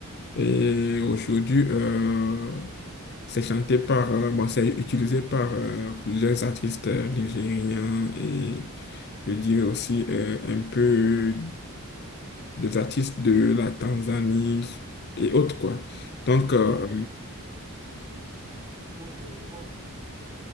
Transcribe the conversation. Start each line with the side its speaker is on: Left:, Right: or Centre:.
Left: Et aujourd'hui, euh, c'est chanté par, euh, bon, c'est utilisé par euh, plusieurs artistes euh, nigériens et je dirais aussi euh, un peu des artistes de la Tanzanie et autres, quoi. Donc, euh,
Right: Ah, ok, je vois.